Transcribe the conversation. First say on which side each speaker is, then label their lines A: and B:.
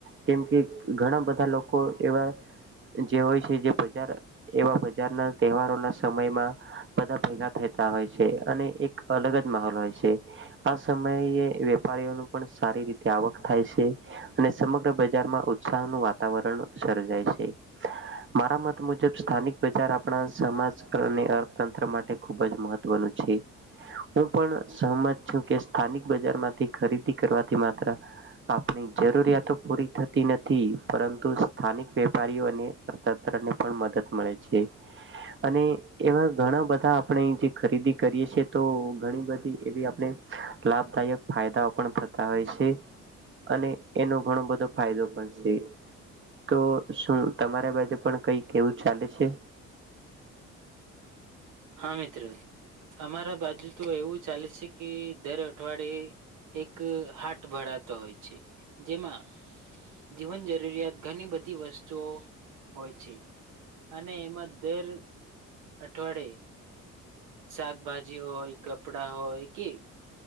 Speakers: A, on the right; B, on the right.
A: કેમ કે ઘણા બધા લોકો એવા જે હોય છે, જે બજાર એવા બજારના તહેવાર. બધા ભેગા થતા હોય છે, અને એક અલગ જ માહોલ હોય છે, આ સમયે વેપારીઓનું પણ સારી રીતે આવક થાય છે, અને સમગ્ર બજારમાં ઉત્સાહ ન વાતાવરણ સર્જાય છે, મારા મત મુજબ સ્થાનિક બજાર આપણા સમાજ અને અર્થતંત્ર માટે ખૂબ જ મહત્વનું છે, હું પણ સહમત છું, કે સ્થાનિક બજારમાંથી ખરીદી કરવાથી માત્ર આપણી જરૂરિયાતો પૂરી થતી નથી પરંતુ સ્થાનિક વેપારીઓ અને અર્થતંત્રને પણ મદદ મળે છે. અને એવા ઘણા બધા આપણે જે ખરીદી કરીએ છે, તો ઘણી બધી એવી આપણે લાભદાયક ફાયદાઓ પણ થતા હોય છે, અને એનો ઘણો બધો ફાયદો પણ છે, તો શું તમારા બાજે પણ કઈક એવું ચાલે છે.
B: હા મિત્ર અમારા બાજુ તો એવું ચાલે છે, કે દર અઠવાડિયે એક હાટ ભરાતો હોય છે, જેમાં જીવન જરૂરિયાત ઘણી બધી વસ્તુઓ હોય છે, અને એમાં દર. અઠવાડે. શાકભાજી હોય કપડા હોય કે.